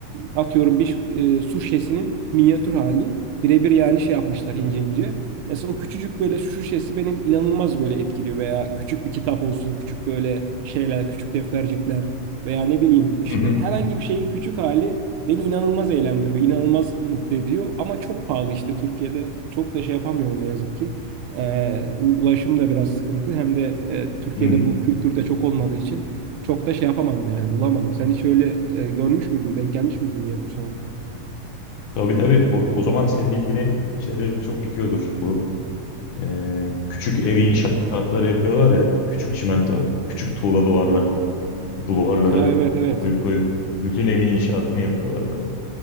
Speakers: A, on the right (about 80°); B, on the left (about 80°).
A: Atıyorum bir e, su şişesinin minyatür hali birebir yani şey yapmışlar ince ince. Mesela o küçücük böyle şu şişesi benim inanılmaz böyle etkiliyor veya küçük bir kitap olsun, küçük böyle şeyler, küçük deftercikler veya ne bileyim işte
B: Hı hı.
A: herhangi bir şeyin küçük hali beni inanılmaz eğlendiriyor, inanılmaz mutlu ediyor ama çok pahalı işte Türkiye'de çok da şey yapamıyorum ne yazık ki. Ee, ulaşım da biraz sıkıntı hem de e, Türkiye'de
B: Hı hı.
A: bu kültürde çok olmadığı için çok da şey yapamadım yani bulamadım. Sen hiç öyle e, görmüş müydün, denk gelmiş miydin minyatür sanatına?
B: Tabii tabii. O, o zaman senin ilgini şeyde çok çekiyordur. Bu e, küçük ev inşaatları yapıyorlar ya. Küçük çimento, küçük tuğla duvarlar. Duvarları
A: Ha, evet evet
B: koyup koyup bütün evin inşaatını yapıyorlar böyle.